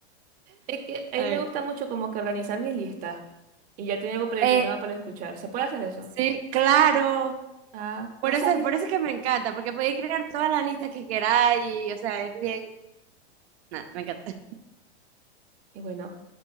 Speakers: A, on the right; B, on the right.
A: Es que a mí
B: Ay.
A: me gusta mucho como que organizar mis listas y ya tenía algo predeterminado
B: Eh,
A: para escuchar. ¿Se puede hacer eso?
B: sí, claro.
A: Ah,
B: Por
A: no
B: eso,
A: sabía.
B: por eso es que me encanta, porque podéis crear todas las listas que queráis y, o sea, es bien. Nah, me encanta.
A: Y bueno.